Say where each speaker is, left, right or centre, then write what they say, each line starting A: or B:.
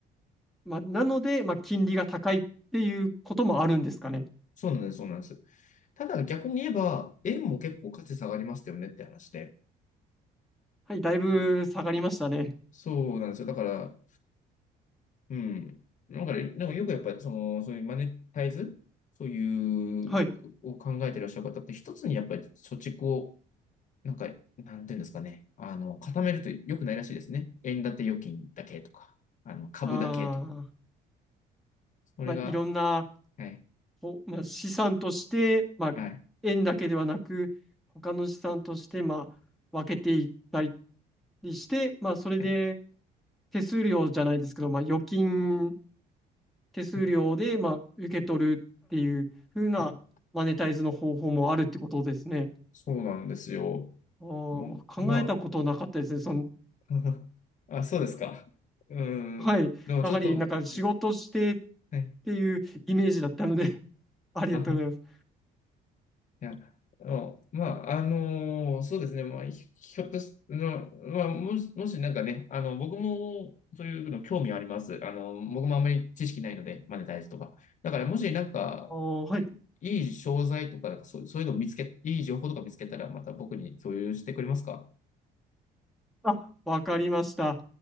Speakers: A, in the centre; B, on the left (about 45°).
A: まあ、なので、まあ、金利が高いっていうこともあるんですかね。
B: そうなんです、そうなんです。ただ逆に言えば、円も結構価値下がりましたよねって話で。
A: はい、だいぶ下がりましたね。
B: そうなんですよ。だから、うん。だから、なんかよくやっぱり、その、そういうマネタイズ、そういう、
A: はい。
B: を考えてらっしゃる方って、一つにやっぱり貯蓄を、なんか、なんていうんですかね。あの、固めると良くないらしいですね。円建て預金だけとか、あの、株だけとか。
A: ああ、
B: それが、
A: まあ、いろんな、
B: はい、
A: ほまあ、資産として、まあ、
B: はい、
A: 円だけではなく、他の資産として、まあ、分けていったりりして、まあ、それで
B: はい、
A: 手数料じゃないですけど、まあ、預金手数料で、
B: はい、
A: まあ、受け取るっていう風なマネタイズの方法もあるってことですね。
B: はい。そうなんですよ。
A: あー考えたことなかったですね。
B: もう、ま
A: その、
B: あ、<laughs> あ、そうですか。う
A: はい。
B: ん。でもちょっと、
A: やはり、なんか仕事してっ
B: ね、はい。
A: ていうイメージだったので <laughs> ありがとうございます。
B: あははいや、あのまあ、あのそうですね、まあ、ひひょっとし、の、まあ、もし、もしなんかね、あの、僕もそういうの興味あります。あの、僕もあんまり知識ないので、マネタイズとか。だから、もしなんか、
A: あーはい。
B: いい商材とか、なんかそう、そういうのを見つけ、いい情報とか見つけたら、また僕に共有してくれますか
A: あ、わかりました。